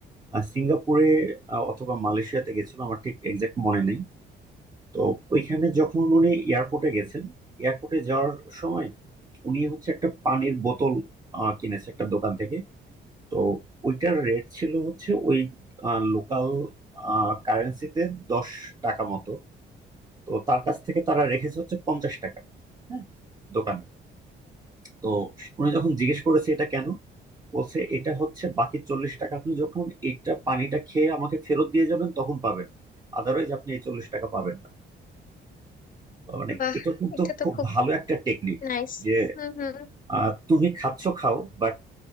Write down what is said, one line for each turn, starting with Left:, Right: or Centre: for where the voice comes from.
Right: আহ, সিঙ্গাপুরে আহ, অথবা মালয়েশিয়াতে গেছিল আমার ঠিক এক্সাক্ট মনে নেই তো ওইখানে যখন উনি এয়ারপোর্টে গেছেন এয়ারপোর্টে যাওয়ার সময় উনি হচ্ছে একটা পানির বোতল আহ, কিনেছে একটা দোকান থেকে তো ওইটার রেট ছিল হচ্ছে ওই লোকাল কারেন্সিতে দশ টাকা মতো তো তার কাছ থেকে তারা রেখেছে হচ্ছে পঞ্চাশ টাকা হ্যাঁ দোকানে তো উনি যখন জিজ্ঞেস করেছে এটা কেন বলছে এটা হচ্ছে বাকি চল্লিশ টাকা আপনি যখন এটা পানিটা খেয়ে আমাকে ফেরত দিয়ে যাবেন তখন পাবেন আদারওয়াইজ আপনি এই চল্লিশ টাকা পাবেন না তার মানে
Left: বাহ
Right: এটা কিন্তু
Left: এটা তো
Right: খুব
Left: খুব
Right: ভালো একটা টেকনিক
Left: নাইস
Right: যে
Left: হুম হুম
Right: আহ, তুমি খাচ্ছ খাও বাট